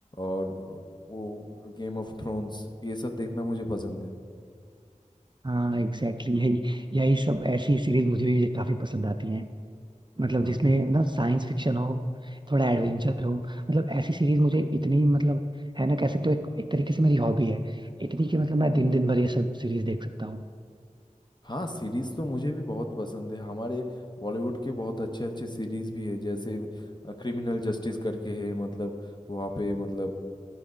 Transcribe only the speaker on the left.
और वो गेम ऑफ थ्रोन्स ये सब देखना मुझे पसंद है
हाँ
हाँ सीरीज तो मुझे भी बहुत पसंद है हमारे बॉलीवुड के बहुत अच्छे अच्छे सीरीज भी है जैसे क्रिमिनल जस्टिस करके है मतलब वहाँ पे मतलब